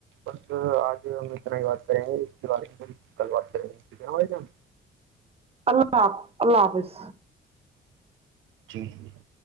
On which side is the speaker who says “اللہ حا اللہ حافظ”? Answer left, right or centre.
Right